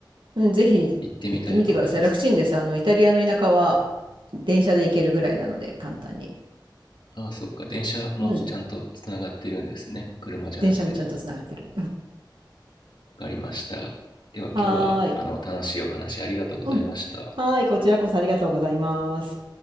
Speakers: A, on the right; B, on the left.
A: うん、ぜひ行ってみてください。
B: 行ってみたいと思います。
A: 楽ちんです。あの、イタリアの田舎は電車で行けるぐらいなので、簡単に。
B: ああ、そっか、電車もちゃんとつながってるんですね。
A: うん。
B: 車じゃなくても。
A: 電車もちゃんとつながってる。
B: わかりました。では今日はあの、
A: はーい。
B: 楽しいお話ありがとうございました。
A: うん。はーい、こちらこそありがとうございます。